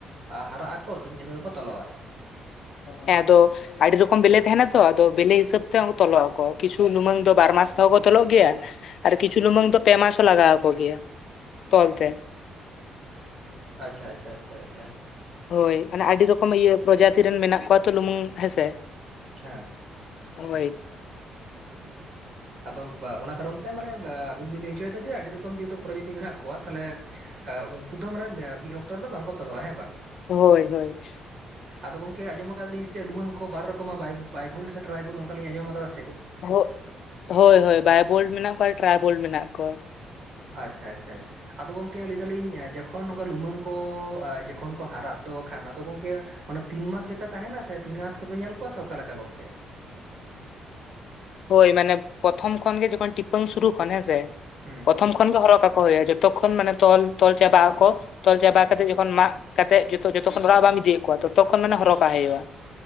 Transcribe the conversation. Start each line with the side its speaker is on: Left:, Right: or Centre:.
Right: ᱦᱟᱨᱟᱜ ᱟᱠᱚ ᱛᱤᱱᱟᱹᱜ ᱪᱟᱸᱫᱳ ᱨᱮᱠᱚ ᱛᱚᱞᱚᱜᱼᱟ
Left: ᱦᱮᱸ ᱫᱚ <inaudible> ᱟᱹᱰᱤ ᱨᱚᱠᱚᱢ ᱵᱮᱞᱮ ᱛᱟᱦᱮᱸᱱᱟ ᱛᱚ, ᱟᱫᱚ ᱵᱮᱞᱮ ᱦᱤᱥᱟᱹᱵ ᱛᱮᱦᱚ ᱛᱚᱞᱚᱜ ᱟᱠᱚ, ᱠᱤᱪᱷᱩ ᱞᱩᱢᱟᱹᱝ ᱫᱚ ᱵᱟᱨ ᱢᱟᱥ ᱛᱮᱦᱚᱸ ᱠᱚ ᱛᱚᱞᱚᱜ ᱜᱮᱭᱟ, ᱟᱨ ᱠᱤᱪᱷᱩ ᱞᱩᱢᱟᱹᱝ ᱫᱚ ᱯᱮ ᱢᱟᱥ ᱦᱚᱸ ᱞᱟᱜᱟᱣ ᱟᱠᱚ ᱜᱮᱭᱟ ᱛᱚᱞ ᱛᱮ᱾
Right: ᱟᱪᱪᱷᱟ ᱟᱪᱪᱷᱟ ᱟᱪᱪᱷᱟ ᱟᱪᱪᱷᱟ,
Left: ᱦᱳᱭ ᱚᱱᱟ ᱟᱹᱰᱤ ᱨᱚᱠᱚᱢ ᱤᱭᱟᱹ ᱯᱨᱚᱡᱟᱛᱤ ᱨᱮᱱ ᱢᱮᱱᱟᱜ ᱠᱚᱣᱟ ᱛᱚ ᱞᱩᱢᱟᱹᱝ ᱦᱮᱸᱥᱮ᱾
Right: ᱦᱮᱸ,
Left: ᱦᱳᱭ,
Right: ᱟᱫᱚ ᱚᱱᱟ ᱠᱟᱨᱚᱱ ᱛᱮ ᱢᱟᱱᱮ ᱟᱹᱵᱤᱱ ᱵᱤᱱ ᱞᱟᱹᱭ ᱦᱚᱪᱚᱭᱮᱫᱟ ᱡᱮ ᱟᱹᱰᱤ ᱨᱚᱠᱚᱢ ᱡᱮᱦᱮᱛᱩ ᱯᱨᱚᱡᱟᱛᱤ ᱢᱮᱱᱟᱜ ᱠᱚᱣᱟ, ᱛᱟᱦᱚᱞᱮ ᱩᱱᱠᱩ ᱫᱚ ᱢᱟᱱᱮ ᱢᱤᱫ ᱚᱠᱛᱚ ᱨᱮᱫᱚ ᱵᱟᱝᱠᱚ ᱛᱚᱞᱚᱜᱼᱟ ᱦᱮᱸ ᱵᱟᱝ᱾
Left: ᱦᱳᱭ ᱦᱳᱭ,
Right: ᱟᱫᱚ ᱜᱚᱝᱠᱮ ᱟᱸᱡᱚᱢ ᱠᱟᱫᱟᱹᱞᱤᱧ ᱥᱮᱫ ᱞᱩᱢᱟᱹᱝ ᱠᱚ ᱵᱟᱨ ᱨᱚᱠᱚᱢᱟᱜ ᱵᱟᱭᱵᱷᱳᱞ ᱥᱮ ᱴᱨᱟᱭᱵᱷᱳᱞ ᱚᱱᱠᱟᱞᱤᱧ ᱟᱸᱡᱚᱢ ᱠᱟᱫᱟ,
Left: ᱦ <inaudible> ᱦᱳᱭ ᱦᱳᱭ ᱵᱟᱭ ᱵᱳᱞᱴ ᱢᱮᱱᱟᱜ ᱠᱚᱣᱟ ᱴᱨᱟᱭ ᱵᱳᱞᱴ ᱢᱮᱱᱟᱜ ᱠᱚᱣᱟ᱾
Right: ᱟᱪᱪᱷᱟ ᱟᱪᱪᱷᱟ, ᱟᱫᱚ ᱜᱚᱢᱠᱮ ᱞᱟᱹᱭ ᱫᱟᱞᱤᱧ ᱡᱚᱠᱷᱚᱱ ᱱᱚᱝᱠᱟ ᱞᱩᱢᱟᱹᱝ ᱠᱚ ᱡᱚᱠᱷᱚᱱ ᱠᱚ ᱦᱟᱨᱟᱜ ᱫᱚ ᱠᱷᱟᱱ ᱟᱫᱚ ᱜᱚᱢᱠᱮ ᱚᱱᱟ ᱛᱤᱱ ᱢᱟᱥ ᱜᱮᱯᱮ ᱛᱟᱦᱮᱱᱟ ᱥᱮ ᱛᱤᱱ ᱢᱟᱥ ᱜᱮᱯᱮ ᱧᱮᱞ ᱠᱚᱣᱟ ᱥᱮ ᱚᱠᱟ ᱞᱮᱠᱟ ᱜᱚᱝᱠᱮ
Left: ᱦᱳᱭ ᱢᱟᱱᱮ ᱯᱨᱚᱛᱷᱚᱢ ᱠᱷᱚᱱ ᱜᱮ ᱡᱚᱠᱷᱚᱱ ᱴᱤᱯᱟᱹᱝ ᱥᱩᱨᱩ ᱠᱷᱚᱱ ᱦᱮᱸᱥᱮ
Right: ᱦᱮᱸ
Left: ᱯᱨᱚᱛᱷᱚᱢ ᱠᱷᱚᱱ ᱜᱮ ᱦᱚᱨᱚ ᱠᱟᱠᱚ ᱦᱩᱭᱩᱜᱼᱟ ᱡᱚᱛᱚ ᱠᱷᱚᱱ ᱢᱟᱱᱮ ᱛᱚᱞ ᱛᱚᱞ ᱪᱟᱵᱟ ᱟᱠᱚ ᱛᱚᱞ ᱪᱟᱵᱟ ᱠᱟᱛᱮ ᱡᱚᱠᱷᱚᱱ ᱢᱟᱜ ᱠᱟᱛᱮᱫ ᱡᱚᱛᱚᱠᱷᱚᱱ ᱚᱲᱟᱜ ᱵᱟᱢ ᱤᱫᱤᱭᱮᱫ ᱠᱚᱣᱟ ᱛᱚᱛᱚᱠᱷᱚᱱ ᱢᱟᱱᱮ ᱦᱚᱨᱚ ᱠᱟᱜ ᱦᱩᱭᱩᱜᱼᱟ